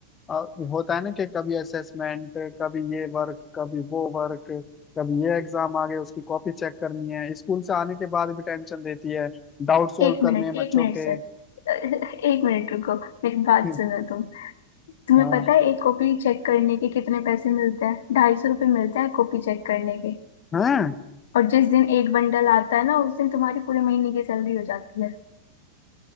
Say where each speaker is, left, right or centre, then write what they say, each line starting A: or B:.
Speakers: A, on the left (about 20°); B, on the left (about 60°).
A: अ, होता है ना कि कभी असेसमेंट कभी ये वर्क कभी वो वर्क कभी ये एग्जाम आ गए उसकी कॉपी चेक करनी है स्कूल से आने के बाद भी टेंशन रहती है डाउट सोल्व
B: एक
A: करने
B: मिनट
A: हैं बच्चों
B: एक मिनट
A: के
B: सर <laughs> एक मिनट रुको मेरी बात
A: <laughs>
B: सुनो तुम तुम्हें
A: हाँ
B: पता है एक कॉपी चेक करने के कितने पैसे मिलते हैं ढाई सौ रुपये मिलते हैं कॉपी चेक करने के
A: हाँ
B: और जिस दिन एक बंडल आता है ना उस दिन तुम्हारी पूरे महीने की सैलरी हो जाती है